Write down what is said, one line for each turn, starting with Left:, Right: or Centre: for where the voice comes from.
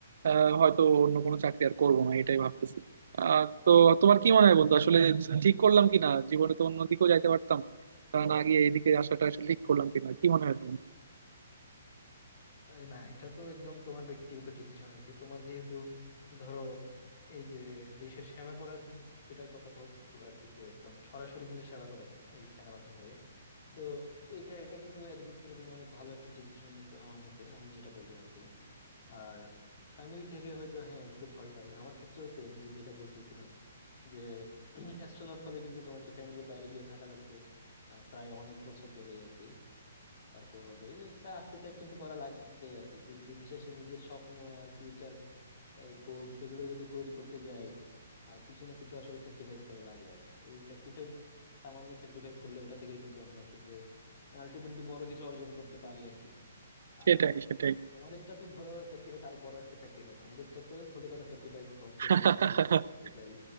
Right: আহ, হয়তো অন্য কোনো চাকরি আর করবো না এটাই ভাবতেছি আহ, তো তোমার কি মনে হয় বন্ধু
Left: হম
Right: আসলে
Left: হম
Right: ঠিক করলাম কি না জীবনে তো অন্যদিকেও যাইতে পারতাম তা না গিয়ে এইদিকে আসাটা আসলে ঠিক করলাম কিনা কি মনে হয় তোমার
Left: আরে না এটা তো একদম তোমার ব্যক্তিগত ডিসিশন আর কি তোমার যেহেতু ধরো এই যে দেশের সেবা করার যে- যেটা কথা বললো আর কি যে একদম সরাসরি কিন্তু সেবা করা যায় এই সেনাবাহিনী হয়ে তো এইখানে এটা কিন্তু একদিক থেকে তুমি অনেক ভালো একটা ডিসিশন নিছো আমার মতে আমি যেটা বলবো আর কি আর ফ্যামিলি থেকে হয়তো হ্যাঁ একটু ভয় পাই আমার ক্ষেত্রেও সেম যে যেটা বলতেছিলাম যে <clears throat> অ্যাস্ট্রোনট হলে কিন্তু তোমার কি ফ্যামিলির বাইরে গিয়ে থাকা লাগবে আহ, প্রায় অনেক বছর ধরেই আর কি তারপর এই যে একটা আত্মত্যাগ কিন্তু করা লাগে আর কি যে দিন শেষে নিজের স্বপ্ন আর ফিউচার গোলস এগুলো যদি পূরণ করতে যাই আহ, কিছু না কিছু আসলে স্যাক্রিফাইস করা লাগে আসলে ওই স্যাক্রিফাইস সামান্য স্যাক্রিফাইস করলে ওটা থেকে কিন্তু আমরা আসলে আলটিমেটলি বড় কিছু অর্জন করতে পারি আর কি আর
Right: সেটাই সেটাই
Left: তোমাদেরটা তো ধরো স্যাক্রিফাইস আরো বড় একটা স্যাক্রিফাইস আমাদেরটা তো ছোটখাটো স্যাক্রিফাইস ঘর
Right: <laughs>
Left: ছেড়ে যাচ্ছি এটাই